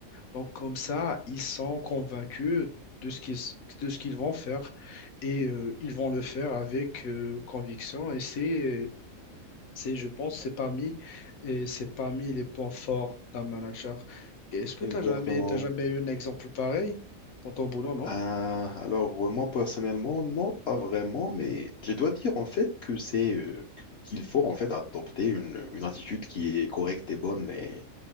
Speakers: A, on the left; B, on the left.
A: donc comme ça, ils sont convaincus de ce qu'ils de ce qu'ils vont faire et euh, ils vont le faire avec euh, conviction. Et c'est, c'est, je pense, c'est parmi, et c'est parmi les points forts d'un manager. Est-ce que
B: Exactement.
A: tu as jamais, t'as jamais eu un exemple pareil dans ton boulot, non?
B: Euh, alors, euh, moi, personnellement, non, pas vraiment, mais je dois dire, en fait, que c'est, euh, qu'il faut, en fait, adopter une, une attitude qui est correcte et bonne Et